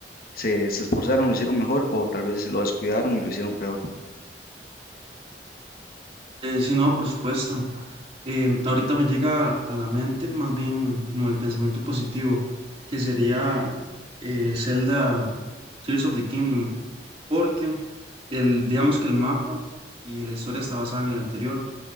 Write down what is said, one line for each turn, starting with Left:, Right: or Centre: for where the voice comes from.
Left: se, se esforzaron, lo hicieron mejor o tal vez lo descuidaron y lo hicieron peor?
Right: Eh, sí, no, por supuesto. Em, ahorita me llega a la mente más bien como el pensamiento positivo, que sería eh, Zelda Tears of the Kingdom. porque el, digamos que el mapa y la historia está basada en el anterior,